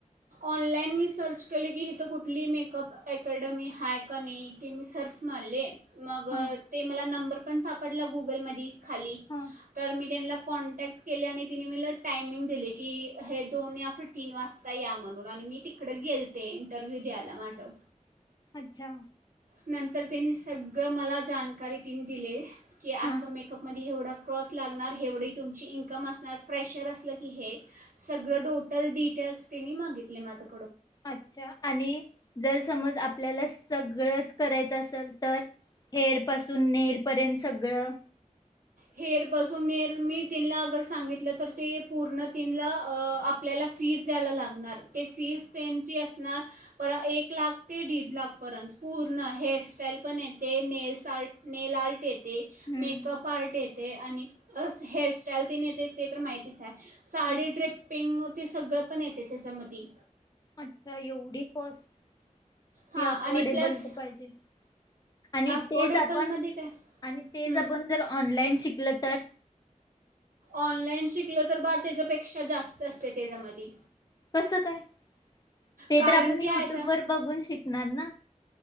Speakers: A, on the right (about 85°); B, on the left (about 30°).
A: ऑनलाइन मी सर्च केलं की इथं कुठली मेकअप अकॅडमी हाय का नाही ते मी सर्च मारले मग
B: हां.
A: ते मला नंबर पण सापडला गुगलमध्ये खाली
B: हां.
A: तर मी त्यांना कॉन्टॅक्ट केले आणि तिने मला टायमिंग दिले की हे दोन या फिर तीन वाजता या म्हणून आणि मी तिकड गेलते इंटरव्ह्यू द्यायला माझं
B: अच्छा.
A: नंतर त्यांनी सगळं मला जानकारी तिने दिले. की
B: हां.
A: असं मेकअपमध्ये एवढं क्रॉस लागणार, हेवढी तुमची इन्कम असणार, फ्रेशर असलं की हे, सगळं टोटल डिटेल्स तिने मागितले माझं.
B: अच्छा आणि जर समज, आपल्याला सगळंच करायचं असेल तर, हेअर पासून नेलपर्यंत सगळं.
A: हेअर बजून नेर मी तिन ला अगर सांगितलं तर ते पूर्ण तीन ला अ आपल्याला फीज द्यायला लागणार. ते फीज त्यांची असणार पर एक लाख ते दीड लाखपर्यंत. पूर्ण हेअरस्टाईल पण येते, नेलस आर्ट, नेल आर्ट येते,
B: हम्म.
A: मेकअप आर्ट - येते आणि हस हेअरस्टाईल तिने येते ते तर माहितीच आहे, साडी
B: हां.
A: ड्रिप्पिंग ते सगळं पण येते त्याच्यामध्ये.
B: अच्छा एवढी! प्लस ती
A: हां
B: अफोर्डेबल
A: आणि प्लस
B: तर पाहिजे. आणि
A: अफोर्डेबलमध्ये
B: तेच आपण, आणि
A: काय
B: तेच आपण जर ऑनलाइन शिक लं तर
A: ऑनलाइन शिकलं तर बार तेझ्यापेक्षा जास्त असते तेच्यामध्ये.
B: कस काय? ते
A: कारण
B: तर आपण
A: की
B: युट्यूब
A: आहे त्या
B: वर बघून शिकणार ना?